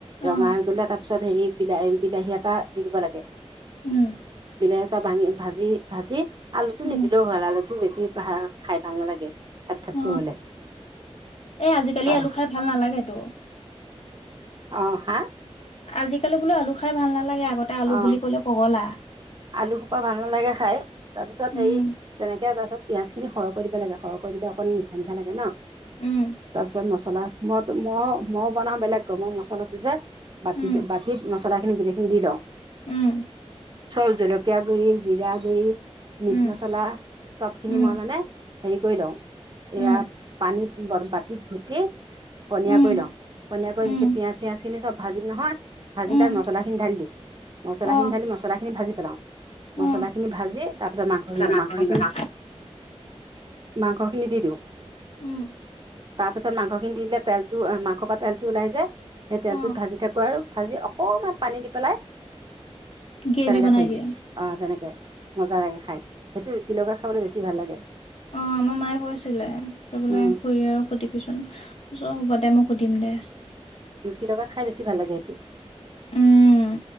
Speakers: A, on the left; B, on the right.
A: অ',
B: ৰঙা হৈ গলে তাৰপিছত হেৰি বিলাহ বিলাহী এটা দি দিব লাগে।
A: উম,
B: বিলাহী এটা ভাঙি ভাজি ভাজি আলুটো
A: উম,
B: নে দিলেও হল আলুটো বেছি ভা খাই ভাল নালাগে। থেপ থেপকৈ
A: অ
B: হ'লে
A: এ আজিকালি
B: তাৰ
A: আলু খাই ভাল নালাগেতো।
B: অ হা!
A: আজিকালি বোলো আলু খাই ভাল নালাগে আগতে আলু
B: অ
A: বুলি কলে পগলা।
B: আলু খোপা ভাল নালাগে খাই, তাৰ পিছত
A: উম
B: হেৰি তেনেকে ত তাৰপিছত পিয়াজ খিনি সৰহ কৰি দিব লাগে সৰহ কৰি দে অকন মিঠা মিঠা লাগে ন,
A: উম
B: তাৰপিছত মচ মছলা মই মই মইয়ো বনাওঁ বেলেগকৈ মই মছলাটো যে বাতিতো
A: উম
B: বাতিত মছলাখিনি গোটেইখিনি দি লওঁ।
A: উম।
B: চব জলকীয়া গুৰি, জিৰা গুৰি, মিট
A: উম
B: মছলা সবখিনি
A: উম
B: মই মানে হেৰি কৰি লওঁ। এয়া
A: উম
B: পানীত বাতিত ঘুটি পনিয়া
A: উম
B: কৰি লওঁ। পনীয়াকৈ
A: উম
B: যেতিয়া পিঁয়াজ চিয়াজখিনি চব ভাজিম নহয়, ভাজি
A: উম
B: তাত মছলাখিনি ঢালি দিওঁ। মছলাখিনি
A: অ
B: ঢালি মছলা খিনি ভাজি পেলাও।
A: অ
B: মছলা খিনি ভাজি, তাৰপিছত মাংসখিনি বনাও।
A: মাংস
B: মাংসখিনি
A: কিনি মাংস
B: মাংসখিনি দি দিওঁ।
A: উম
B: তাৰ পিছত মাংসখিনি দি দিলে তেলটো মাংসৰ পৰা তেলটো ওলাই যায় সেই তেলটোত
A: অ
B: ভাজি থাকো আৰু ভাজি অকমান পানী দি পেলাই
A: <unintelligible>
B: তেনেকে
A: বনাই
B: থৈ
A: দিয়ে
B: দিম অ তেনেকে। মজা লাগে খাই সেইটো ৰুটি লগা খাবলৈ বেছি ভাল লাগে।
A: মামাৰ মায়ে কৈছিলে বোলে
B: উম
A: খুুৰী আৰু সুধিবিচোন। মোক সুধিম দে।
B: ৰুটি লগা খাই বেছি ভাল লাগে এইটো।
A: উম